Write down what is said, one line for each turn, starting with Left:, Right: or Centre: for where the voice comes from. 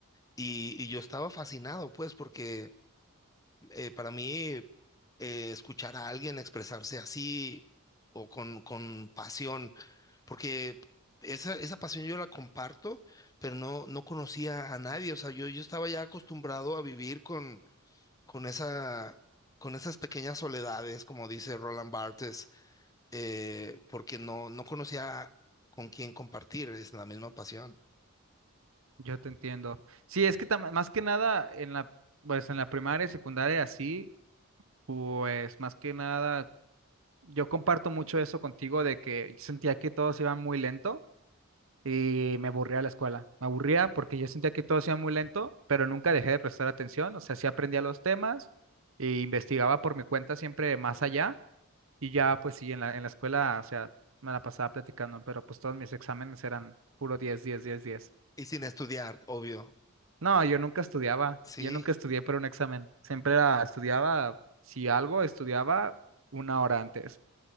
Left: y, y yo estaba fascinado, pues, porque eh, para mí eh, escuchar a alguien expresarse así o con, con pasión, porque esa, esa pasión yo la comparto, pero no, no conocía a nadie, o sea, yo, yo estaba ya acostumbrado a vivir con, con esa... con esas pequeñas soledades, como dice Roland Barthes, eh, porque no, no conocía con quién compartir, es la misma pasión.
Right: Yo te entiendo. Sí, es que tam- más que nada en la, pues en la primaria y secundaria así, pues más que nada yo comparto mucho eso contigo de que yo sentía que todos iban muy lento y me aburría la escuela. Me aburría porque yo sentía que todos iban muy lento, pero nunca dejé de prestar atención, o sea, sí aprendía los temas e investigaba por mi cuenta siempre más allá y ya pues sí en la en la escuela, o sea, me la pasaba platicando, pero pues todos mis exámenes eran puro diez diez diez diez
Left: Y sin estudiar, obvio,
Right: No, yo nunca estudiaba,
Left: sí,
Right: yo nunca estudié para un examen. Siempre era- estudiaba, si algo, estudiaba una hora antes.